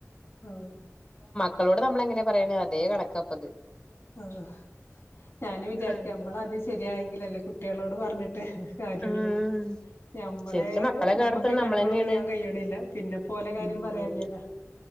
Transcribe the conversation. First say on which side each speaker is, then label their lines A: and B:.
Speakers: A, on the left; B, on the left.
A: ആഹ്
B: മക്കളോട് നമ്മളെങ്ങനെ പറയ്ണെ അതേ കണക്കാപ്പത്
A: ആഹ് ഞാനും വിചാരിക്കും
B: അങ്ങനെ
A: അമ്മളാ ആദ്യം ശരിയായെങ്കിലല്ലേ കുട്ടിയാളോട് പറഞ്ഞിട്ട് കാര്യയൊള്ളൂ
B: ഉം
A: നമ്മളെ
B: ശരിക്കും മക്കളെ
A: നമ്മക്കെ
B: കേടർത്തണ
A: കണ്ട്രോൾ
B: നമ്മളന്നെയാണ്
A: ചെയ്യാൻ കഴിയ്ണില്ല പിന്നെ ഇപ്പൊ ഓലെ കാര്യം
B: ഉം
A: പറയാല്ലല്ലോ